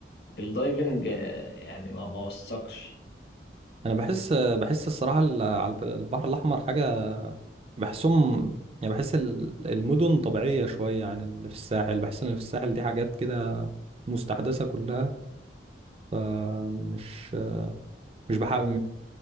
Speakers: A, on the left; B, on the right.
A: في الدايفنج آه، يعني ما ما وثقش
B: انا بحس بحس الصراحه ال- على الب- البحر الاحمر حاجه بحسهم يعني بحس ال- المدن طبيعيه شويه عن اللي في الساحل بحس ان اللي في الساحل دي حاجات كده مستحدثه كلها فمش مش بحب